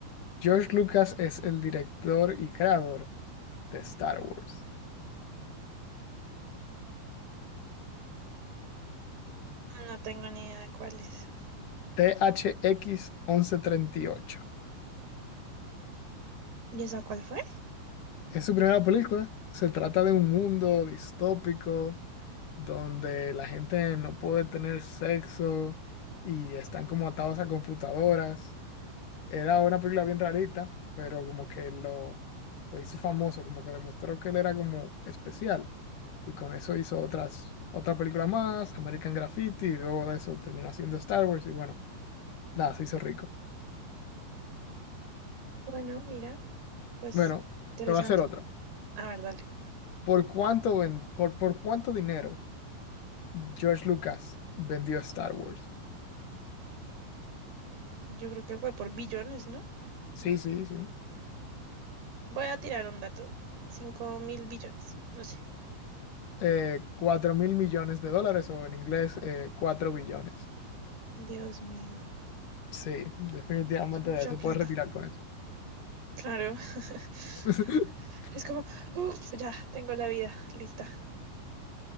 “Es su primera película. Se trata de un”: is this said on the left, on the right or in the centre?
Left